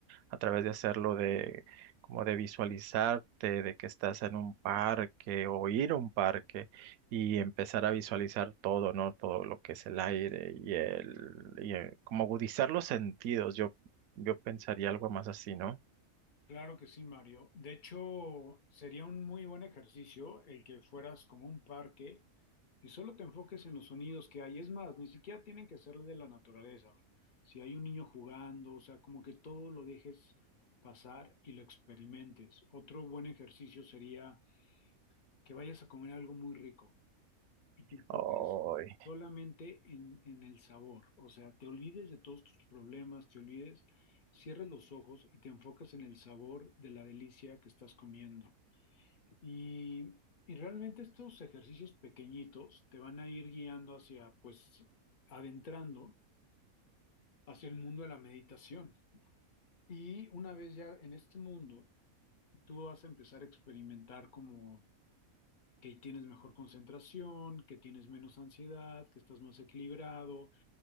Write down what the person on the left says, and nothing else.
Claro que sí, Mario. De hecho, sería un muy buen ejercicio el que fueras como un parque y solo te enfoques en los sonidos que hay. Es más, ni siquiera tienen que ser de la naturaleza. Si hay un niño jugando, o sea, como que todo lo dejes pasar y lo experimentes. Otro buen ejercicio sería que vayas a comer algo muy rico. y te enfoques
solamente en, en el sabor. O sea, te olvides de todos tus problemas, te olvides, cierres los ojos y te enfocas en el sabor de la delicia que estás comiendo. Y, y realmente estos ejercicios pequeñitos te van a ir guiando hacia, pues, adentrando hacia el mundo de la meditación. Y una vez ya en este mundo, tú vas a empezar a experimentar como que tienes mejor concentración, que tienes menos ansiedad, que estás más equilibrado,